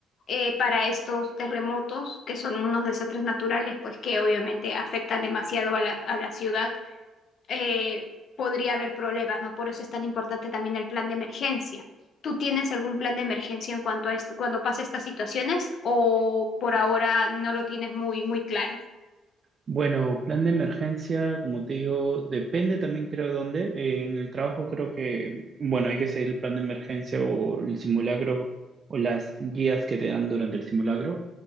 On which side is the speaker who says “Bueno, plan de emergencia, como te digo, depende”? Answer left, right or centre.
Right